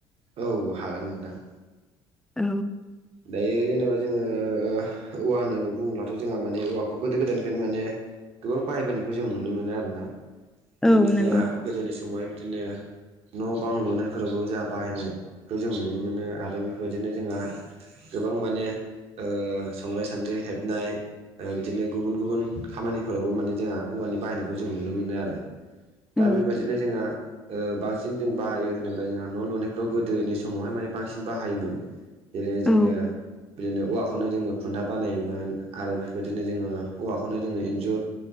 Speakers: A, on the right; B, in the centre.
A: औ हागोन नोंथां।
B: औ।
A: दायो जेनेबा जोङो ओ। औवा होननानै बुङोब्लाथ' जोंहा माने औवाखौ गोदो गोदायनिफ्रायनो मानो गोबां बाहायबोनायखौ जों नुनो मोनो आरोना बिदिनो
B: औ नंगौ
A: जोंहा गोदोनि समावहाय बिदिनो न' बां लुनायफोरावबो जोंहा बाहायनायखौ जों नुनो मोनो आरो बेफोरबायदिनो जोंहा गोबां माने ओ संराइ सान्द्रि हेबनाय ओ बिदिनो गुबुन गुबुन खामानिफोरावबो माने जोंहा औवानि बाहायनायखौ जों नुनो मोनो आरो
B: औ
A: दा बेबायदिनो जोंहा ओ बांसिन जों बाहायो होनोब्ला जोंहा न' लुनायफ्राव गोदोनि समावहाय माने बांसिन बाहायोमोन जेरैहाय जोङो
B: औ
A: बिदिनो औवा खौनो जोङो खुन्था बानायोमोन आरो बेफोबायदिनो जोङो औवाखौनो जोङो इन्जुर